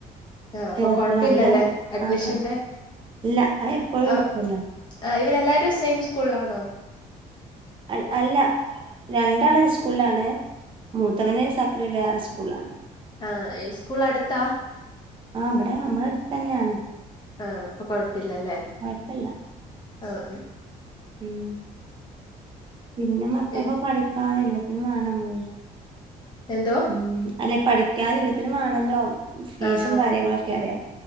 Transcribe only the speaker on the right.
ചേർത്തണം
പിന്നെ
ആഹ് കൊഴ ഇല്ലാ അഹ് എപ്പഴും
എട്ക്കുവല്ലോ
അൽ അല്ല രണ്ടാള് സ്കൂള്ലാണ് മൂത്തവന് സപ്പറേറ്റ് വേറെ സ്കൂള്ലാണ്
ആഹ് ഇബടെ അമ്മളെ അട്ത്തന്ന്യാണ്
കൊഴപ്പല്ല
ഉം പിന്നെ മക്കക്ക്
പഠിക്കാന് എല്ലത്തിനും വേണം <unintelligible>
ഉം അല്ലെ പഠിക്കാനും എല്ലാത്തിനും വേണല്ലോ ഫീസും
കാര്യങ്ങളൊക്കെ അറിയാം